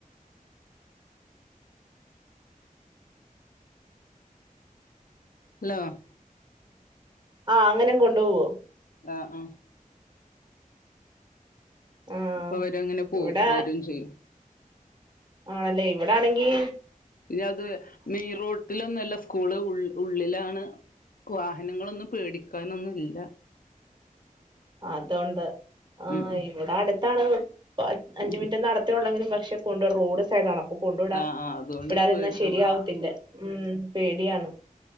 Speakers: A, on the left (about 75°); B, on the right (about 30°).
A: ഹലോ
B: ആഹ് അങ്ങനെ കൊണ്ടു പോവോ
A: ആഹ ആ
B: ആഹ്
A: അപ്പൊ അവരെങ്ങനെ പോവും
B: ഇവിടെ
A: വരും ചെയ്യും
B: ആണല്ലേ ഇവിടെ ആണെങ്കി
A: പിന്ന അത് മെയിൻ റോട്ടിലൊന്നുമല്ല സ്കൂള് ഉള്ളിലാണ് വാഹനങ്ങളൊന്നും പേടിക്കാനൊന്നും ഇല്ല
B: അതൊണ്ട് ആഹ്
A: ഉം ഉം
B: ഇവിടെ അടുത്താണ്പഅഞ്ച്
A: ഉം
B: മിനിറ്റ് നടത്ത <unintelligible> പക്ഷെ കൊണ്ട് വിടണം റോഡ് സൈഡ് ആണ് കൊണ്ട്
A: ആഹ് ആഹ് അതുകൊണ്ട്
B: വിടാതിരുന്നാ
A: പേടി
B: ശരിയാവത്തില്ല
A: ഉം
B: ഉം പേടിയാണ്